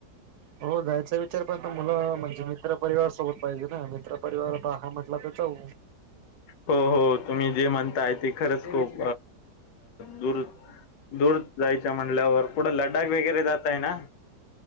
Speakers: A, on the right; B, on the left.
A: हो जायचा विचार पण आता मुलं म्हणजे मित्र परिवार सोबत पाहिजे ना, मित्र परिवार हा म्हटला तर जाऊ
B: हो हो तुम्ही जे म्हणताय ते खरंच खूप दूर दूर जायचं म्हणल्यावर कुठं लडाख वगैरे जाताय ना